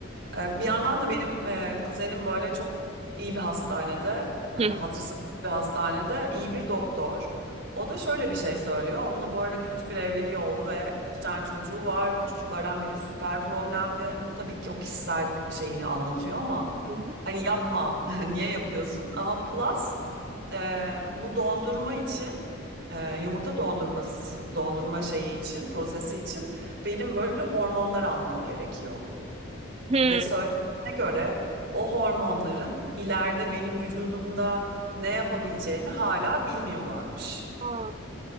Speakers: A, on the right; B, on the right.
A: Ee, Bir yandan da benim e, kuzenim böyle çok iyi bir hastanede, e,
B: hı.
A: hatırı sızlı bir hastanede iyi bir doktor. O da şöyle bir şey söylüyor. Onun da bu arada kötü bir evliliği oldu ve iki tane çocuğu var. Çocuklardan biri süper problemli. Tabii ki o kişisel şeyini anlatıyor ama
B: Hı hı.
A: hani yapma, <laughs> niye yapıyorsun? Ama plus e, bu dondurma için e, yumurta dondurması dondurma şeyi için prosesi için benim böyle hormonlar almam gerekiyor.
B: Hı.
A: Ve söylediğine göre o hormonların ileride benim vücudumda ne yapabileceğini hala bilmiyorlarmış.
B: Aa,